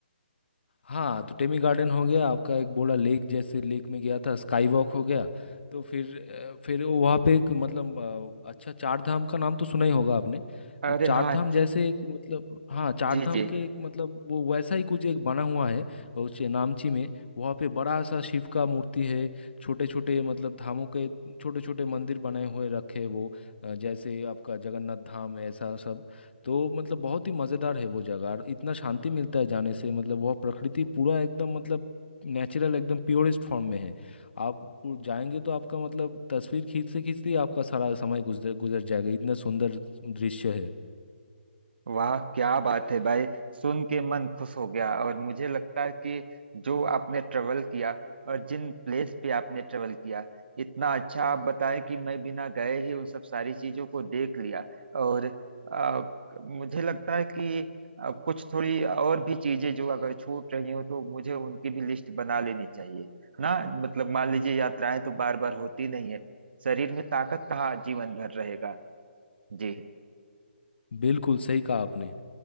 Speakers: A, on the left; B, on the right.
A: हाँ तो टेमी गार्डन हो गया आपका एक बोला लेक जैसे लेक में गया था स्काई वॉक हो गया तो फिर अ, फिर वो वहाँ पे एक मतलब अ, अच्छा चार धाम का नाम तो सुना ही होगा आपने
B: अरे
A: तो चार
B: हाँ
A: धाम
B: ज-
A: जैसे एक मतलब हाँ चार
B: जी
A: धाम
B: जी
A: के एक मतलब वो वैसा ही कुछ एक बना हुआ है उस नामची में वहाँ पे बड़ा सा शिव का मूर्ति है छोटे छोटे मतलब धामों के छोटे छोटे मंदिर बनाए हुए रखे हैं वो अ, जैसे आपका जगन्नाथ धाम ऐसा सब तो मतलब बहुत ही मज़ेदार है वो जगह और इतना शांति मिलता है जाने से मतलब वह प्रकृति पूरा एकदम मतलब नेचुरल एकदम प्योरेस्ट फॉर्म में है आप पु- जाएंगे तो आपका मतलब तस्वीर खींचते खींचते ही आपका सारा समय गुजर गुजर जाएगा इतना सुंदर दृश्य है
B: वाह क्या बात है भाई सुन के मन खुश हो गया और मुझे लगता है कि जो आपने ट्रेवल किया और जिन प्लेस पे आपने ट्रेवल किया इतना अच्छा आप बताए कि मैं बिना गए ही उन सब सारी चीजों को देख लिया और आ, मुझे लगता है कि आ, कुछ थोड़ी और भी चीजें जो अगर छूट रही हो तो मुझे उनकी भी लिस्ट बना लेनी चाहिए ना मतलब मान लीजिए यात्राएं तो बार बार होती नहीं है शरीर में ताकत कहाँ जीवन भर रहेगा जी
A: बिल्कुल सही कहा आपने